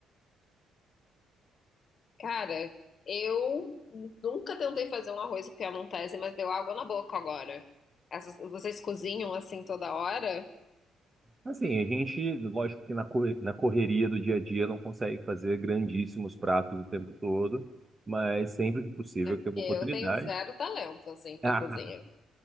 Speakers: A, on the left; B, on the right.
A: Cara, eu nunca tentei fazer um arroz à piemontese, mas deu água na boca agora. Essas- vocês cozinham assim toda hora?
B: Assim, a gente, lógico que na corre- na correria do dia a dia não consegue fazer grandíssimos pratos o tempo todo, mas sempre que possível
A: É porque
B: que tem uma
A: eu
B: oportunidade.
A: tenho zero talento assim pra
B: <laughs>
A: cozinha.